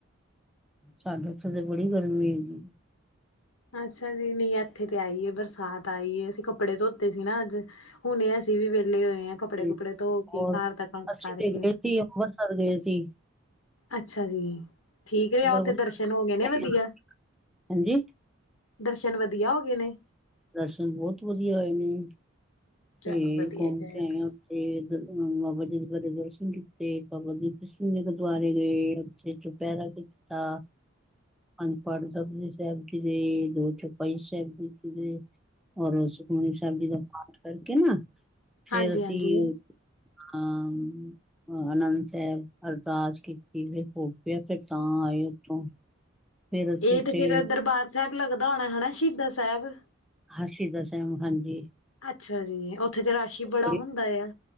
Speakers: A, in the centre; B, on the left (about 75°).
A: ਸਾਡੇ ਉੱਥੇ ਤੇ ਬੜੀ ਗਰਮੀ ਹੈਗੀ।
B: ਅੱਛਾ ਜੀ ਨਹੀਂ ਇੱਥੇ ਤੇ ਆਈਏ ਬਰਸਾਤ ਆਈ ਏ ਅਸੀਂ ਕੱਪੜੇ ਧੋਤੇ ਸੀ ਨਾ ਅੱਜ। ਹੁਣੇ ਅਸੀਂ ਵੀ ਵਿਹਲੇ ਹੋਏ ਆ ਕੱਪੜੇ-ਕੁੱਪੜੇ
A: ਤੇ
B: ਧੋ ਕੇ
A: ਹੋਰ
B: ਘਰ ਦਾ ਕੰਮ
A: ਅਸੀਂ
B: ਕਰਕੇ।
A: ਤੇ ਗਏ ਸੀ ਅੰਮ੍ਰਿਤਸਰ ਗਏ ਸੀ।
B: ਅੱਛਾ ਜੀ ਠੀਕ ਰਿਹਾ
A: ਅੰਮ੍ਰਿਤਸਰ
B: ਉੱਥੇ ਦਰਸ਼ਨ ਹੋ ਗਏ ਨੇ ਵਧੀਆ?
A: ਹਾਂਜੀ
B: ਦਰਸ਼ਨ ਵਧੀਆ ਹੋ ਗਏ ਨੇ?
A: ਦਰਸ਼ਨ ਬੋਤ ਵਧੀਆ ਹੋਏ ਨੇ,
B: ਚਲੋ
A: ਤੇ
B: ਵਧੀਆ
A: ਘੁੰਮ
B: ਹੀ ਚਾਹੀਦਾ।
A: ਕੇ ਆਏ ਹਾਂ ਓ ਥੇ ਬਾਬਾ ਦੀਪ ਬਾਰੇ ਦਰਸ਼ਨ ਕੀਤੇ ਬਾਬਾ ਦੀਪ ਸਿੰਘ ਦੇ ਗੁਰਦੁਆਰੇ ਗਏ। ਉਥੇ ਚੁਪਹਿਰਾ ਕੀਤਾ। ਪੰਜ ਪਾਠ ਜਪੁਜੀ ਸਾਹਿਬ ਜੀ ਦੇ, ਦੋ ਚੌਪਈ ਸਾਹਿਬ ਜੀ ਕਿਤੀ ਏ। ਔਰ ਸੁਖਮਨੀ ਸਾਹਿਬ ਜੀ ਦਾ ਪਾਠ ਕਰਕੇ ਨਾ, ਫੇਰ
B: ਹਾਂਜੀ
A: ਅਸੀਂ
B: ਹਾਂਜੀ
A: ਹੂੰ। ਆਨੰਦ ਸਾਹਿਬ ਅਰਦਾਸ ਕੀਤੀ ਫੇਰ ਭੋਗ ਪਿਆ ਫੇਰ ਤਾਂ ਆਏ ਉੱਥੋਂ। ਫਿਰ ਅਸੀਂ
B: ਇਹ
A: ਉੱਥੇ
B: ਤੇ ਫੇਰ ਦਰਬਾਰ ਸਾਹਿਬ ਲੱਗਦਾ ਹੋਣਾ ਹ ਨਾ, ਸ਼ਹੀਦਾਂ ਸਾਹਿਬ।
A: ਹਾਂ ਸ਼ਹੀਦਾਂ ਸਾਹਿਬ ਹਾਂਜੀ।
B: ਅੱਛਾ ਜੀ, ਉੱਥੇ ਤੇ ਰਸ਼ ਹੀ ਬੜਾ
A: ਬੜੀ
B: ਹੁੰਦਾ ਏ ਆ।